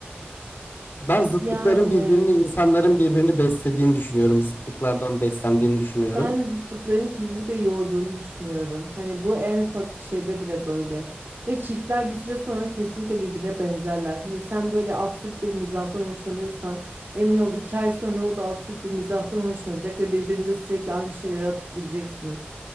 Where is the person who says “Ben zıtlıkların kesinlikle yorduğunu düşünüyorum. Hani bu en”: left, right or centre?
Right